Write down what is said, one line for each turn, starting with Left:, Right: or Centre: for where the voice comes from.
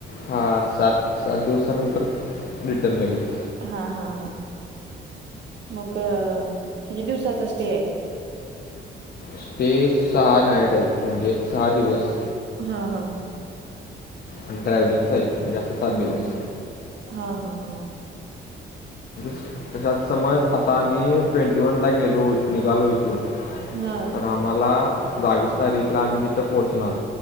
Left: हा सात सात दिवसानंतर रिटर्न लगेच.
Right: हा हा हा मग किती दिवसाचा स्टे आहे?
Left: स्टे सहा नाईट आहेत म्हणजे सहा दिवस.
Right: हा हा
Left: आणि ट्रॅव्हलिंगचा एक. म्हणजे असं
Right: हम्म
Left: सात दिवस
Right: हम् हा हा हा.
Left: स तस समज आता आम्ही ट्वेंटी वनला गेलो निघालो इथून
Right: हा
Left: तर आम्हाला बावीस तारीखला आम्ही तिथं पोहोचणार.